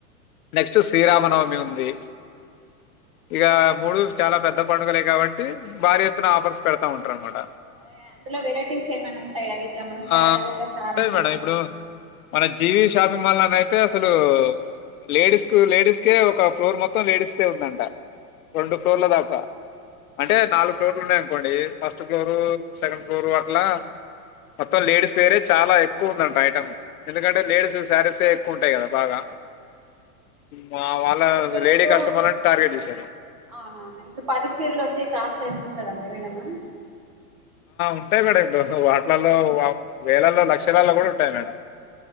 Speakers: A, on the left; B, on the right.
A: నెక్స్ట్ శ్రీరామ నవమి ఉం రేప్ ఇకా ముూడు చాలా పెద్ద పండుగలే కాబట్టి భారీ ఎత్తున ఆఫర్స్ పెడతా ఉంటారు అనమాట.
B: అరే అందులో వెరైటీస్ ఏమన్నాయ్ ఇట్లా మనం సారీ
A: ఆ
B: కొంటే సారే
A: ఉంటాయి
B: ఫ్రీ
A: మేడం
B: అని
A: ఇప్పుడు మన జీవి షాపింగ్ మాల్ అని అయితే అసలు లేడీస్ కు లేడీస్కే ఒక ఫ్లోర్ మొత్తం లేడీస్కే ఉందంట రెండు ఫ్లోర్ల దాకా అంటే నాలుగు ఫ్లోర్లు ఉన్నాయ అనుకోండి ఫస్ట్ ఫ్లోరు సెకండ్ ఫ్లోరు అట్లా మొత్తం లేడీస్ వేరే చాలా ఎక్కువ ఉందంట ఐటమ్ ఎందుకంటే లేడీస్ శారీస్ ఏ ఎక్కువ ఉంటాయి కదా బాగా మా
B: అవునండి
A: వాళ్ళ
B: అయితే ఇప్పుడు
A: లేడీ కస్టమర్లను టార్గెట్ చేశారు
B: అవునవును ఇప్పుడు పటుచీరలో వచ్చే కాస్త ఎతు ఉంటదండి ఎదవణమా
A: ఉంటాయి మేడం ఇప్పుడు వాట్లలో వేలల్లో లక్షలల్లో కూడా ఉంటాయి మేడం